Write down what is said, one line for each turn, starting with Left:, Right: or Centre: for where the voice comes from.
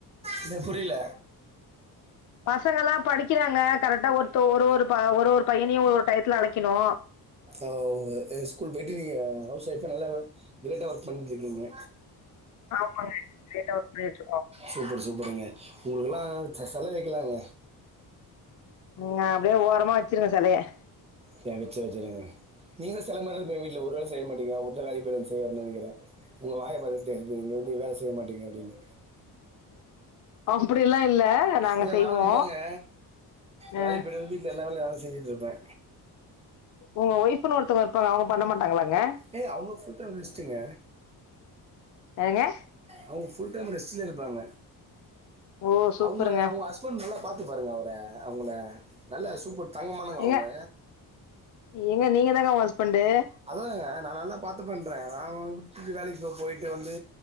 Right: இன்னது புரியில
Left: பசங்கல்லா படிக்கிறாங்க கரெக்டா ஒருத்த ஒரு ஒரு ப ஒரு ஒரு பைய்யனையு ஒரு ஒரு டையத்துல அழக்கிணு
Right: ஓ ஸ்கூல் போய்ட்டு நீங்க ஹவுஸ் ஒய்ஃபா நல்லா கிரேட்டா ஒர்க் பண்ணிட்டு இருக்கீங்க
Left: ஆமாங்க கிரேட்டா ஒர்க் பண்ணிட்டு இருக்கோ
Right: சூப்பர் சூப்பருங்க உங்களுக்குல்லா செ செல வைக்கலாங்க
Left: உ அ அப்டியே ஓரமா வச்சிருங்க செலய
Right: சளிச்சி வச்சிருக்க நீங்க செல மாறிதா இருப்பீங்க வீட்ல ஒரு வேலை செய்ய மாட்டீங்க உங்க வேலையு வேல செய்வார்ன்னு நினைக்கிறே உங்க வாய பாத்தா தெரிது நீங்க வந்து வேலை செய்ய மாட்டீங்க அப்படின்னு
Left: அப்படில்லா இல்ல நாங்க
Right: இல்ல
Left: செய்வோ
Right: நானு அப்படிதாங்க
Left: அ
Right: வேலைக்கு போய்ட்டு வந்து வீட்ல எல்லாம வேலயு நான்தா செஞ்சுட்டு இருப்பே
Left: உங்க ஒய்ஃபுன்னு ஒருத்தவங்க இருப்பாங்க அவங்க பண்ண மாட்டாங்களாங்க
Right: இல்ல இல்ல அவங்க ஃபுல் டைம் ரெஸ்டுங்க
Left: ஏங்க
Right: அவுங்க ஃபுல் டைம் ரெஸ்ட்லயே இருப்பாங்க
Left: ஓ சூப்பருங்க
Right: அவுங்க அவுங்க ஹஸ் பண்ட் நல்லா பாத்து பாருங்க அவர அவுங்கள நல்லா சூப்பர் தங்கமானவங்க
Left: ஏங்க
Right: அவங்க
Left: ஏங்க நீங்க தாங்க அவங்க ஹஸ்பண்டு
Right: அதுதாங்க நா நல்லா பாத்துப்பேன்ற நா விட்டுட்டு வேலைக்கு போ போயிட்டு வந்து